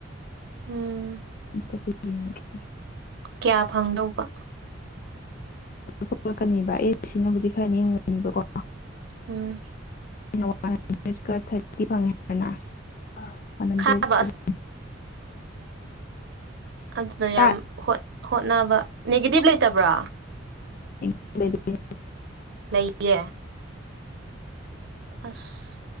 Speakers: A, on the right; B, on the left.
A: ꯎꯝ
B: ꯑꯣ <inaudible>
A: ꯀꯌꯥ ꯐꯪꯗꯧꯕ
B: ꯊꯣꯛꯂꯛꯀꯅꯤꯕ ꯑꯦ ꯁꯤꯅꯕꯨꯗꯤ ꯈꯔ ꯅꯦꯝꯒꯅꯤꯕꯀꯣ
A: ꯎꯝ
B: ꯋꯥ ꯍꯟꯗ꯭ꯔꯦꯠꯀ ꯊꯥꯔꯇꯤ ꯐꯪꯉꯦ ꯍꯥꯏ ꯋꯥ ꯍꯟꯗ꯭ꯔꯦꯠ
A: ꯈꯥꯕ
B: <inaudible>
A: ꯑꯁ ꯑꯗꯨꯗꯣ
B: ꯍꯞꯇꯥ
A: ꯌꯥꯝ ꯍꯣꯠꯅꯕ ꯅꯦꯒꯦꯇꯤꯕ ꯂꯩꯇꯕ꯭ꯔꯥ
B: <unintelligible> ꯫
A: ꯂꯩꯌꯦ ꯑꯁ